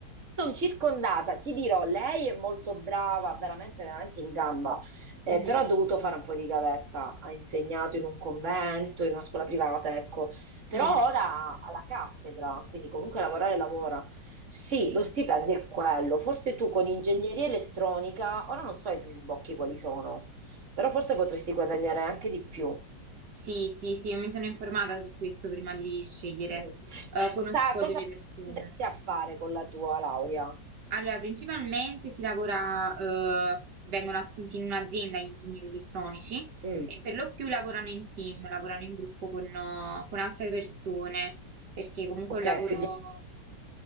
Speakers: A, on the right (about 45°); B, on the right (about 70°).
A: sono circondata, ti dirò, lei è molto brava, veramente, veramente in gamba, eh,
B: Mhm.
A: però ha dovuto fare un po' di gavetta, ha insegnato in un convento, in una scuola privata, ecco, però
B: Mm.
A: ora alla cattedra, quindi comunque lavorare lavora. Sì, lo stipendio è quello, forse tu con ingegneria elettronica, ora non so i tuoi sbocchi quali sono, però forse potresti guadagnare anche di più.
B: Sì, sì, sì, io mi sono informata su questo prima di scegliere.
A: Mm.
B: Eh, conosco
A: Sa- Cosa
B: delle persone.
A: andresti a fare con la tua laurea?
B: Allora, principalmente si lavora, eh, vengono assunti in un'azienda gli ingegneri elettronici
A: Mm,
B: e per lo più lavorano in team, lavorano in gruppo con, eh, con altre persone, perché comunque
A: ok,
B: è un lavoro.
A: più di...